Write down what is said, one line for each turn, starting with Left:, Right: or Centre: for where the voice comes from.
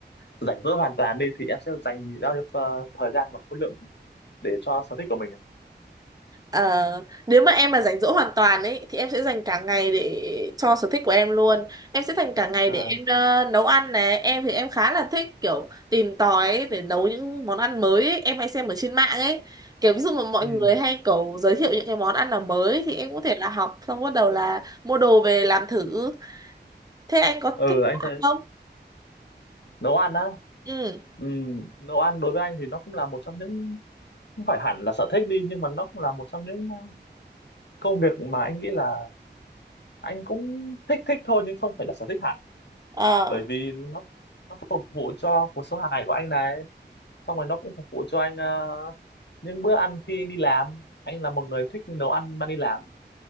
Left: rảnh rỗi hoàn toàn đi thì em sẽ dành bao nhiêu ờ, thời gian và khối lượng để cho sở thích của mình ạ?
Right: Ờ, nếu mà em mà rảnh rỗi hoàn toàn ấy thì em sẽ dành cả ngày để cho sở thích của em luôn. Em sẽ dành cả ngày
Left: à,
Right: để em ờ, nấu ăn này. Em thì em khá là thích kiểu tìm tòi ấy, để nấu những món ăn mới ấy. Em hay xem ở trên mạng ấy. Kiểu ví dụ mà mọi
Left: ừ.
Right: người hay kiểu giới thiệu những cái món ăn nào mới thì em có thể là học xong bắt đầu là mua đồ về làm thử. Thế anh có
Left: ừ
Right: thích
Left: anh
Right: nấu
Left: thấy
Right: ăn không?
Left: nấu ăn á
Right: Ừ.
Left: ừ, nấu ăn đối với anh thì nó cũng là một trong những không phải hẳn là sở thích đi nhưng mà nó cũng là một trong những uh, công việc mà anh nghĩ là anh cũng thích thích thôi nhưng không phải là sở thích hẳn
Right: Ờ.
Left: bởi vì nó nó phục vụ cho cuộc sống hàng ngày của anh này xong rồi nó cũng phục vụ cho anh uh, những bữa ăn khi anh đi làm anh là một người thích nấu ăn mang đi làm